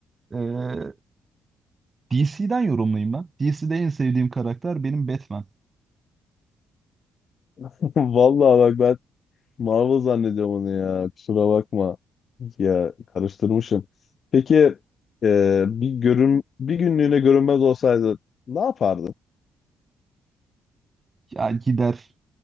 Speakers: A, on the right; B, on the left.
A: Ee, DC'den yorumlayayım ben. DC'de en sevdiğim karakter benim Batman.
B: <laughs> Vallahi bak ben Marvel zannediyorum onu ya. Kusura bakma. Ya karıştırmışım. Peki e, bir görün bir günlüğüne görünmez olsaydı ne yapardın?
A: Ya gider